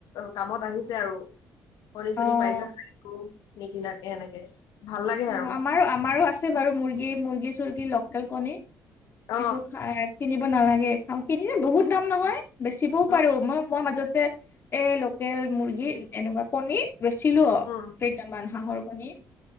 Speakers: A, on the left; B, on the left.
A: কামত আহিছে আৰু কনি চনি
B: অ',
A: পাৰিছে গকো নিকিনাকে এনেকে ভাল লাগে
B: অঁ
A: আৰু
B: আমাৰো আমাৰো আছে বাৰু মুৰ্গী মুৰ্গী চুৰ্গী লোকেল কণী
A: অ
B: এইবোৰ খাই কিনিব নালাগে খাওঁ কিনিলে বহুত
A: উম
B: দাম নহয় বেচিবও পাৰো
A: অ
B: মই মই মাজত মাজতে এ লোকেল মুৰ্গী এনেকুৱা কনীৰ বেচিলো
A: উম
B: কেইটামান হাঁহৰ কণী